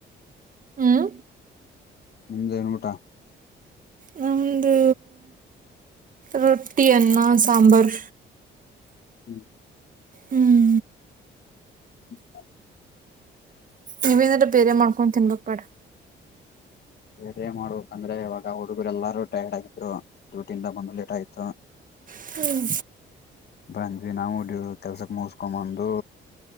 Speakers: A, on the right (about 40°); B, on the left (about 55°).
A: ಹ್ಮ್
B: ನಿಮ್ ಏನ್ ಊಟಾ?
A: ನಮ್ಮದು ರೊಟ್ಟಿ, ಅನ್ನ, ಸಾಂಬಾರ್,
B: ಹ್ಞೂ
A: ಹ್ಮ್
B: ಹ <inaudible>
A: ನೀವೇ ಏನಂದ್ರ ಬೇರೆ ಮಾಡ್ಕೊಂಡು ತಿನ್ಬೇಕ್ ಬೇಡ
B: ಬೇರೆ ಮಾಡ್ಬೇಕಂದ್ರೆ ಇವಾಗ ಹುಡುಗರು ಎಲ್ಲಾರೂ ಟೈರ್ಡ್ ಆಗಿದ್ರು ಡ್ಯೂಟಿ ಇಂದ ಬಂದು ಲೇಟ್ ಆಯ್ತು
A: ಹ್ಮ
B: ಬಂದ್ವಿ ನಾವು ಕೆಲ್ಸಕ್ ಮುಸ್ಕೊಂಡ ಬಂದು.